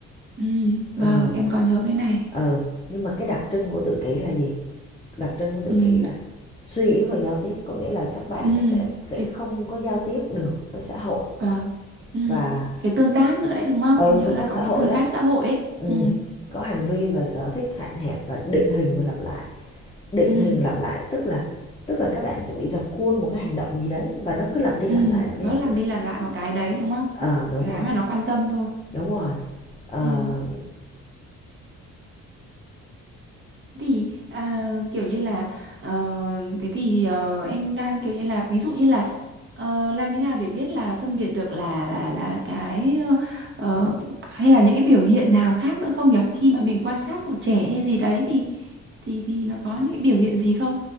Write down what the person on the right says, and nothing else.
Ừ,
vâng, em có nhớ cái này.
Ừ,
ừ,
cái
vâng. Ừ,
cái tương tác nữa đấy đúng không?
Em nhớ
là
có
cái
tương
tác xã hội ấy.
Ừ,
ừ,
ừ,
nó
làm
đi làm lại một cái đấy đúng không?
Cái
mà nó quan tâm thôi.
Ừ. Thế thì à, kiểu như là ờ, thế thì ờ, em đang kiểu như là ví dụ như là ờ, làm thế nào để biết là phân biệt được là là là cái ờ, ờ, hay là những cái biểu hiện nào khác nữa không nhỉ? Khi mà mình quan sát một trẻ hay gì đấy thì thì thì nó có những cái biểu hiện gì không?